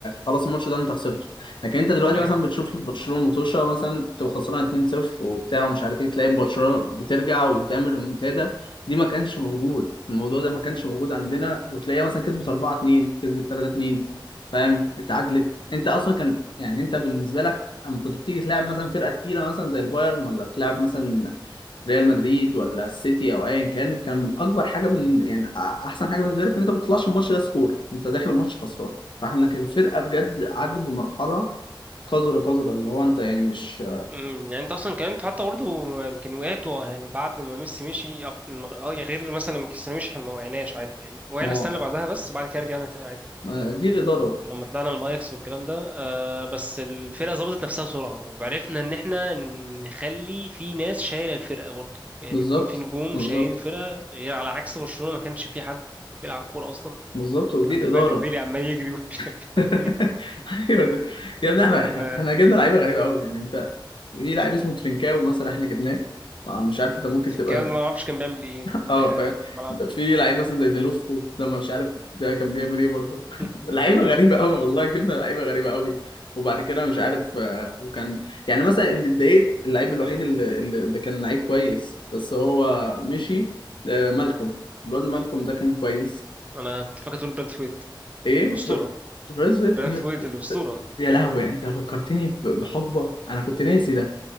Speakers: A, on the left; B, on the right.
A: خلاص الماتش ده انت خسرته لكن انت دلوقتي
B: ايوه
A: مثلا بتشوف برشلونه مطوشه مثلا تبقى خسران 2-0 وبتاع ومش عارف ايه تلاقي برشلونه بترجع وتعمل ريمونتادا دي ما كانش موجود الموضوع ده ما كانش موجود عندنا وتلاقيها مثلا كسبت 4 2 كسبت 3 2 فاهم اتعادلت انت اصلا كان يعني انت بالنسبه لك اما كنت بتيجي تلعب مثلا فرقه تقيله مثلا زي البايرن ولا بتلعب مثلا ريال مدريد ولا السيتي او ايا كان كان اكبر حاجه بال... يعني أ- احسن حاجه بالنسبه لك ان انت ما بتطلعش الماتش ده سكور انت داخل الماتش خسران فاحنا كان الفرقه بجد عدت بمرحله قذره قذره اللي هو انت يعني مش
B: امم يعني انت اصلا كمان انت حتى برضه يمكن وقعت و- يعني بعد ما ميسي مشي أك- اه يا غير مثلا لما كريستيانو مشي احنا ما وقعناش عادي يعني وقعنا
A: اه
B: السنه اللي بعدها بس وبعد كده رجعنا تاني عادي
A: ما- دي الاداره بقى
B: لما طلعنا من اياكس والكلام ده آه بس الفرقه ظبطت نفسها بسرعه وعرفنا ان احنا نخلي في ناس شايله الفرقه برضه يعني
A: بالظبط
B: يكون في نجوم
A: بالظبط
B: شايلين الفرقه غير على عكس برشلونه ما كانش في حد بيلعب كوره اصلا
A: بالظبط ودي
B: عندك
A: الإدارة
B: بقى ديمبيلي عمال يجري <laughs> ومش عارف
A: <laughs>
B: يعمل ايه
A: ايوه ده- يا ابني احنا
B: هو
A: احنا احنا جبنا لعيبه غريبه قوي يعني انت في لعيب اسمه ترينكاو مثلا احنا جبناه آه، مش عارف ده ممكن
B: ترينكاوي
A: تبقى
B: ما اعرفش كان بيعمل ايه
A: <laughs> اه
B: آه،
A: فاهم
B: في الملعب
A: ده في لعيب مثلا زي ديلوفو ده ما مش عارف ده كان بيعمل ايه برضه
B: <laughs>
A: <laughs> لعيبه غريبه قوي والله جبنا لعيبه غريبه قوي وبعد كده مش عارف آه، وكان يعني مثلا اللي اتضايقت اللعيب الوحيد اللي, اللي اللي كان لعيب كويس بس هو مشي آه، مالكوم الواد مالكوم ده كان كويس
B: انا كنت فاكر تقول برانثويت
A: ايه
B: الاسطوره
A: بر... بريس ويت
B: برانثويت
A: إيه؟
B: الاسطوره
A: يا لهوي انت فكرتني ب- بحقبه انا كنت ناسي ده